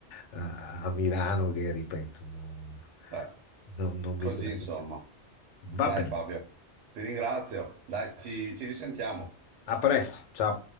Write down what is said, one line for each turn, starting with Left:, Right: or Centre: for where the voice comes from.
Left: eh, a Milano, che ripeto, non,
Right: certo.
Left: non- non
Right: Così,
Left: mi piace.
Right: insomma. Dai,
Left: Vabbè.
Right: Fabio, ti ringrazio. Dai, ci ci risentiamo.
Left: A presto, ciao.